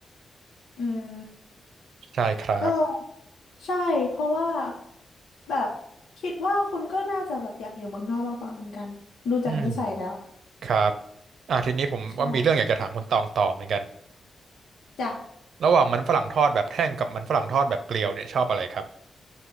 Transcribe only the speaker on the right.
ใช่ครับ
อืม ครับอ่าทีนี้ผมว่ามีเรื่องอยากจะถามคุณตองต่อเหมือนกัน
ระหว่างมันฝรั่งทอดแบบแท่งกับมันฝรั่งทอดแบบเกลียวเนี่ยชอบอะไรครับ